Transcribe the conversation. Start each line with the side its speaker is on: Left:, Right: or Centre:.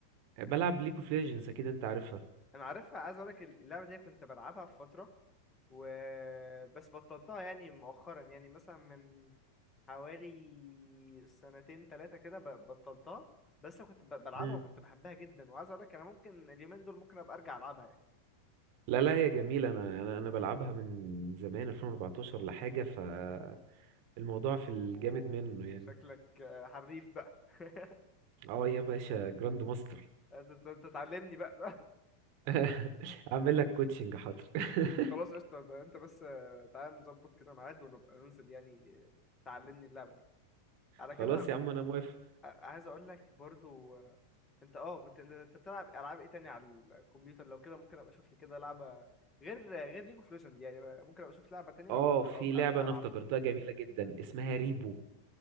Right: وبلعب ليج اوف ليجندز اكيد انت عارفها
Left: انا عارفها عايز اقولك اللعبه دي كنت بلعبها في فتره وبس <laughs> بطلتها يعني مؤخرا يعني مثلا من حوالي سنتين ثلاثه كده ب- بطلتها بس أنا كنت ب- بلعبها
Right: اه
Left: وكنت بحبها جدا وعايز اقولك انا ممكن اليومين دول ممكن ابقى ارجع العبها يعني
Right: لا لا هي جميلة أنا أنا أنا بلعبها من زمان 2014 لحاجة فالموضوع في الجامد
Left: أوه،
Right: منه يعني
Left: شكلك آه، حريف بقى <laughs>
Right: اه يا باشا جراند ماستر
Left: انت أنت- أنت تعلمني بقى
Right: <laughs> أعمل لك كوتشنج حاضر <laughs>
Left: <laughs> خلاص قشطه ده انت بس آه، تعال نظبط كده ميعاد ونبقى ننزل يعني آه، تعلمني اللعبه دي على
Right: خلاص
Left: كده
Right: يا عم أنا موافق
Left: عايز اقول لك برضو آه، انت اه كنت انت أنت بتلعب العاب ايه تاني على الكمبيوتر لو كده ممكن ابقى اشوف لي كده لعبه غير غير ليج اوف ليجند يعني ممكن ابقى اشوف لعبه تانية
Right: اه
Left: وأبقى-
Right: في
Left: وابقى
Right: لعبة
Left: ابدا
Right: أنا
Left: العبها
Right: افتكرتها جميلة جدا اسمها ريبو